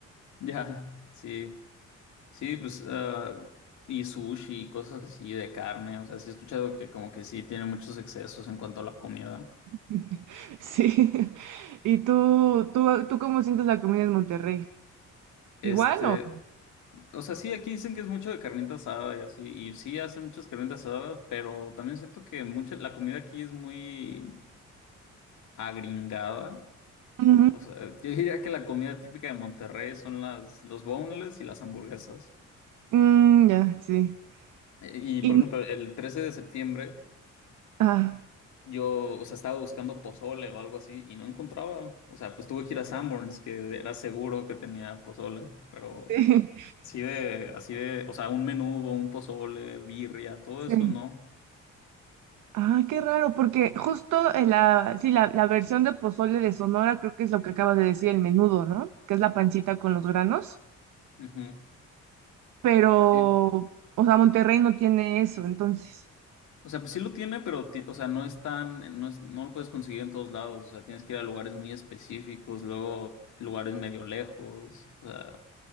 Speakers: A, on the left; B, on the right.
A: Ya, sí. Sí, pues, ah, y sushi y cosas así de carne. O sea, sí he escuchado que como que sí tiene muchos excesos en cuanto a la comida.
B: <laughs> Sí. <laughs> ¿Y tú, tú, tú cómo sientes la comida en Monterrey?
A: Este,
B: ¿Igual o?
A: o sea, sí, aquí dicen que es mucho de carnita asada y así. Y sí hacen muchas carnitas asadas, pero también siento que mucha, la comida aquí es muy agringada.
B: Ujú.
A: O sea, yo diría que la comida típica de Monterrey son las, los boneless y las hamburguesas.
B: Mm, ya, sí.
A: Eh, Y,
B: Y,
A: por ejemplo,
B: no,
A: el 13 de septiembre
B: ah,
A: yo, o sea, estaba buscando pozole o algo así y no encontraba. O sea, pues tuve que ir a Sanborns, que era seguro que tenía pozole, pero
B: sí,
A: así de, así de, o sea, un menudo, un pozole, birria, todo
B: <laughs> sí.
A: eso no.
B: Ah, qué raro, porque justo en la, sí, la, la versión de pozole de Sonora creo que es lo que acabas de decir, el menudo, ¿no? Que es la pancita con los granos,
A: Ujú.
B: pero,
A: Y-
B: o sea, Monterrey no tiene eso, entonces.
A: O sea, pues sí lo tiene, pero, ti- o sea, no es tan, no es- no lo puedes conseguir en todos lados. O sea, tienes que ir a lugares muy específicos, luego lugares medio lejos. O sea,